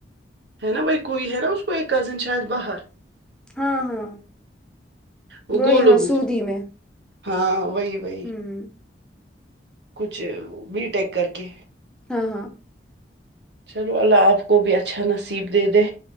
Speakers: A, on the right; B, in the centre.
A: ہے نا وہی کوئی ہے نا اس کو ایک کزن شاید باہر
B: ہاں ہاں
A: وہ
B: وہی
A: گولو
B: ہاں
A: گز
B: سعودی میں
A: ہاں وہی وہی
B: ہم
A: کچھ بی ٹیک کر کے
B: ہاں ہاں
A: چلو اللہ آپ کو بھی اچھا نصیب دے دے